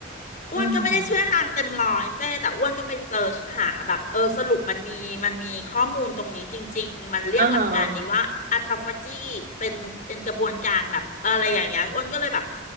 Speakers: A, on the left; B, on the right.
A: อ้วนก็ไม่ได้เชื่อนางเต็มร้อยเจ้แต่อ้วนก็ไปเซิร์ชหาแบบเออสรุปมันมีมันมีข้อมูลตรงนี้จริงๆมันเรียกหลักการนี้ว่าอัตฟาจีเป็นเป็นกระบวนการแบบอะไรอย่างเงี้ยอ้วนก็เลยแบบ
B: อืมอ่าฮะ